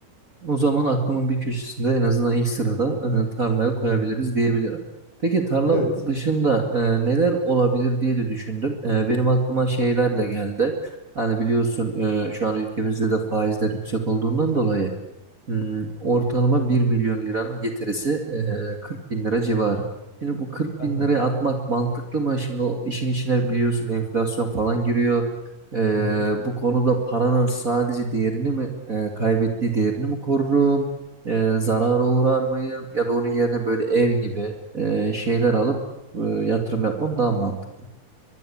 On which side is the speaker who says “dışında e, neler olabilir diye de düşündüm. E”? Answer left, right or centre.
Right